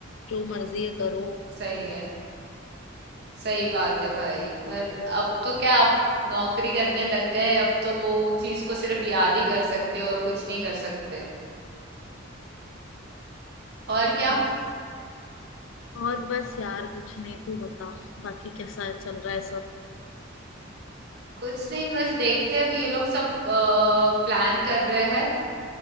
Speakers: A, on the left; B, on the right.
A: जो मर्जी है करो
B: सही है सही बात है भाई पर अब तो क्या आप नौकरी करने लग गए अब तो वो चीज को सिर्फ याद ही कर सकते हो और कुछ नहीं कर सकते और क्या
A: हाँ और बस यार कुछ नहीं तू बता बाकी कैसा चल रहा है
B: कुछ नहीं बस देखते हैं, अभी ये लोग सब प्लान कर रहे हैं